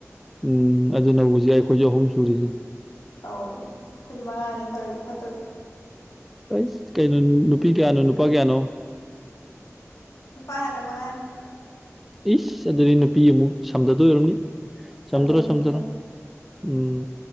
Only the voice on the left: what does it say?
ꯑꯧ ꯑꯩꯈꯣꯏꯗꯤ ꯃꯉꯥꯅꯤ ꯐꯔꯖꯨ ꯐꯠꯇ꯭ꯔꯖꯨ
ꯅꯨꯨꯄꯥ ꯉꯥꯛꯇ ꯃꯉꯥꯅꯤ
ꯁꯝꯖꯗꯣꯏꯅꯤ
ꯀꯩꯅꯣ